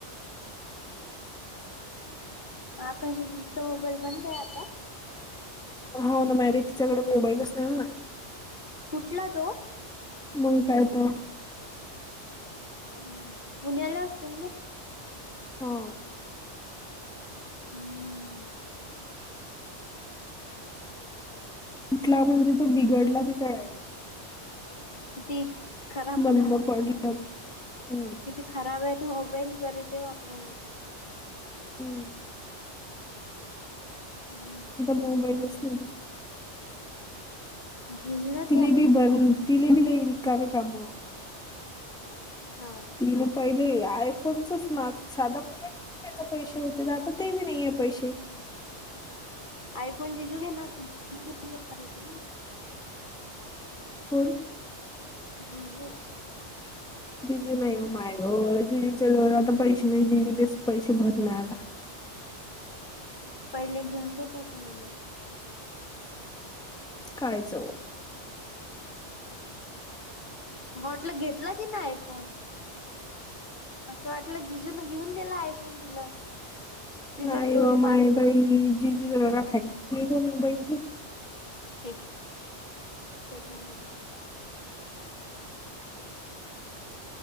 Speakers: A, on the left; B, in the centre.
A: आकषच होबळ <inaudible> <inaudible> बंद आहे आता
B: हो, ना माी तिच्याकडे मोबाईलच नाही. हो
A: फुटला तो.
B: मग काय तर..
A: ह <inaudible> <inaudible> <inaudible> पुण्याियाला वतं
B: हो....
A: हम्म....
B: कला म् <inaudible> हणजे तो बिघडला ती <inaudible> चळाला
A: किती खराब
B: बंद
A: मोबाईल होतो.
B: पडला
A: तो
B: हम्म
A: किती खराब आहे. तर मोबाईल तरी, ते वापरत होती.
B: हम्...
A: ह....
B: मुंबईलाच <inaudible> <inaudible>
A: घेल ना <inaudible>
B: तलेपी बर <unintelligible> काम
A: हो....
B: तीन पहिले, आयफोनचच ना साधा मोबाईल याचे पैसे होते, आता ते बी नाहीय पैशे.
A: आयफोन जिजू घेणार, जिजू घेऊ देणार होते ना.
B: कोण?
A: जिजु.
B: जिजू नाही हो माय ग, जीजूच्या जवळ आता पैसे नाही, जीजु तेच पैसे भरत नाही आता.
A: पहिले घेऊन देत होते म्हणे.
B: कायचव.
A: म्हटलं घेतला कि नाय आयफोन? असं वाटलं जिजू न घेऊन दिला आयफोन तिला? तिची
B: नाही
A: स्टोरी
B: व
A: पाहत
B: माय
A: होती
B: बाई,
A: मी तर.
B: जिजु ची फॅक्टरी हाय काय मोबाईलची.
A: हे घ्या, सेकड हॅन्ड.